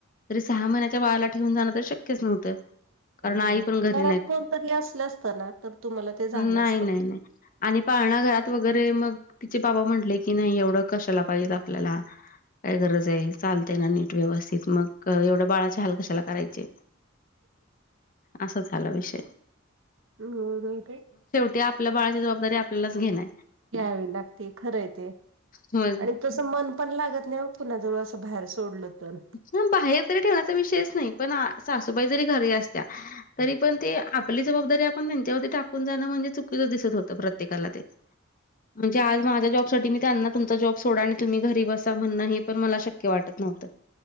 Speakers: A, on the left; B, on the right.
A: तरी सहा महिन्याच्या बाळाला ठेवून जाणं तर शक्यचं नव्हतं. कारण आई
B: नाही
A: पण घरी
B: घरात
A: नाहीत.
B: कोणतरी असलं असतं ना तर तुम्हाला ते झालं
A: नाही
B: असतं.
A: नाही नाही आणि पाळणा घरात वगैरे मग तिचे बाबा म्हंटले की नाही एवढं कशाला पाहिजेत आपल्याला काय गरज आहे? चालतेय ना नीट व्यवस्थित मग एवढ्या बाळाचे हाल कशाला करायचे? असा झाला विषय.
B: हम्म <unintelligible>
A: ते आपल्या बाळाची जबाबदारी आपल्यालाच घेणं.
B: घ्यावी लागते खरं आहे ते,
A: मग
B: आणि तसं मन पण लागत नाही ओ कुणा जवळ असं बाहेर सोडलं तर.
A: हा बाहेर तरी ठेवण्याचा विषयच नाही पण सासूबाई जरी घरी असत्या तरी पण ते आपली जबाबदारी आपण त्यांच्यावर टाकून जाणं, म्हणजे चुकीचं दिसत होतं प्रत्येकाला ते.
B: <inaudible>
A: म्हणजे आज माझ्या जॉबसाठी मी त्यांना तुमचा जॉब सोडा आणि तुम्ही घरी बसा म्हणणं, हे पण मला शक्य वाटंत नव्हतं.